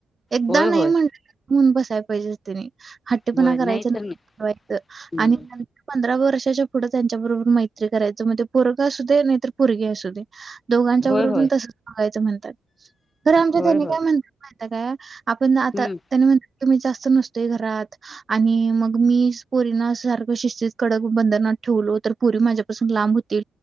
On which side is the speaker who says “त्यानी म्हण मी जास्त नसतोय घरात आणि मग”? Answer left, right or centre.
Right